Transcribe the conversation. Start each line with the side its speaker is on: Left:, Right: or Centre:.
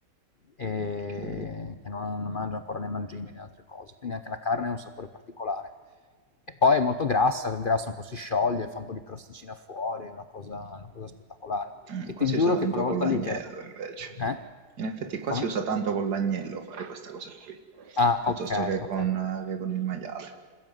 Left: e
Right: Ok.
Left: che non, non mangia ancora né mangime né altre cose, quindi anche la carne ha un sapore particolare. E poi è molto grassa, il grasso un po' si scioglie, fa un po' di crosticina fuori, è una cosa, una cosa spettacolare.
Right: Mm,
Left: E
Right: Qua
Left: ti
Right: si
Left: giuro
Right: usa tanto
Left: che quella
Right: con
Left: volta
Right: l'agnello
Left: lì che...
Right: invece.
Left: Eh?
Right: In effetti qua
Left: Come?
Right: si usa tanto con l'agnello fare questa cosa qui,
Left: Ah,
Right: piuttosto
Left: ok,
Right: che con,
Left: ok.
Right: eh, che con il maiale.